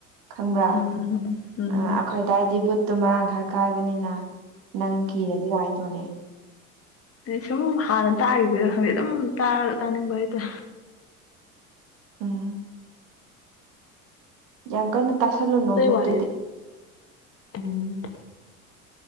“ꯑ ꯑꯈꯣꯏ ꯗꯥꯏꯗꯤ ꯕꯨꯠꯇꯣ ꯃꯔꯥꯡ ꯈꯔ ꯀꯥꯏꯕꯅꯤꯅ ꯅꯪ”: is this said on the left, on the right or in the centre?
Right